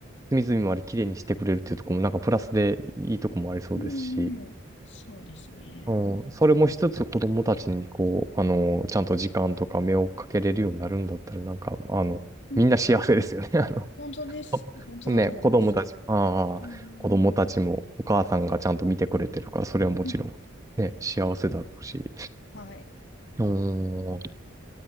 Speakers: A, on the right; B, on the left.
A: 隅々まで綺麗にしてくれるっていうところもなんかプラスでいいとこもありそうですし、
B: うんうん。そうですね。
A: うん、それもしつつ子供たちにこう、あの、ちゃんと時間とか目をかけれるようになるんだったらなんか、あの、
B: うん。
A: みんな幸せですよね。<laughs> あの
B: 本当です。
A: <laughs>
B: 本当だと思います。
A: あね、子供たち、ああ、
B: うんうん。
A: 子供たちもお母さんがちゃんと見てくれてるから、それはもちろん、
B: うん。
A: ね、幸せだろうし。
B: はい。
A: うー
B: うん
A: ん、